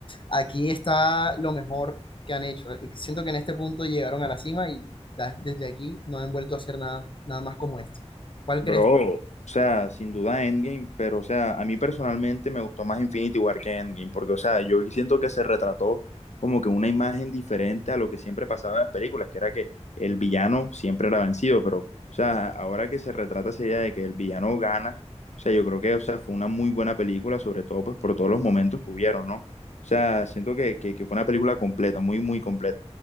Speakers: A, on the left; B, on the left.
A: aquí está lo mejor que han hecho. Eh, Siento que en este punto llegaron a la cima y ya desde aquí no han vuelto a hacer nada, nada más como esto. ¿Cuál
B: Bro,
A: crees?
B: o sea, sin duda Endgame, pero o sea, a mí personalmente me gustó más Infinity War que Endgame, porque o sea, yo siento que se retrató como que una imagen diferente a lo que siempre pasaba en las películas, que era que el villano siempre era vencido, pero o sea, ahora que se retrata esa idea de que el villano gana, o sea, yo creo que, o sea, fue una muy buena película, sobre todo pues por todos los momentos que hubieron, ¿no? O sea, siento que, que, que fue una película completa, muy, muy completa.